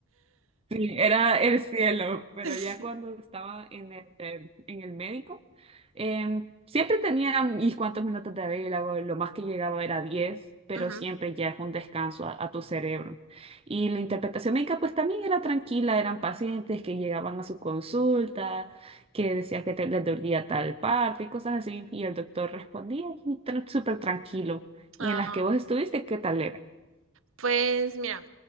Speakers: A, on the right (about 25°); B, on the right (about 65°).
A: Sí, era el cielo, pero
B: <laughs>
A: ya cuando
B: Sí.
A: estaba en el, eh, en el médico, eh, siempre tenía mis cuantos minutos de vela, o lo más que llegaba era 10, pero
B: Ajá,
A: siempre ya es un descanso a, a tu cerebro. Y la interpretación médica pues también era tranquila, eran pacientes que llegaban a su consulta, que decían que te- les dolía tal parte y cosas así, y el doctor respondía y tran- súper tranquilo. ¿Y
B: ajá.
A: en las que vos estuviste, qué tal era?
B: Pues mira,